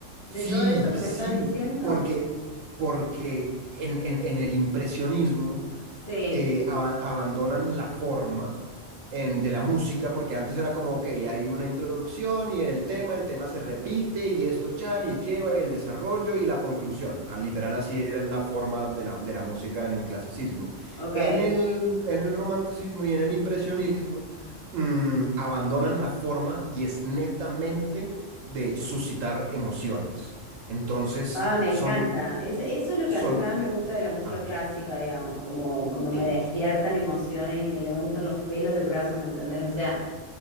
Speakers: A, on the left; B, on the right.
A: de
B: sí,
A: todo esto que
B: sí,
A: me estás diciendo?
B: porque, porque en, en en el impresionismo...
A: Sí,
B: eh, aba- abandonan la forma en- de la música, porque antes era como, ok, hay una introducción y en el tema, el tema se repite y esto chan y lleva y el desarrollo y la conclusión. Ah, Literal así era la forma de la, de la música en el clasicismo.
A: ok.
B: En el, en el romanticismo y en el impresionismo, mm, abandonan la forma y es netamente de suscitar emociones. Entonces,
A: Ah, me encanta.
B: son,
A: Es- eso es lo
B: son,
A: que a mí más me gusta de la música
B: ah,
A: clásica, digamos, como cuando
B: eh,
A: me despiertan emociones y me levantan los pelos del brazo, ¿me entendés? O sea,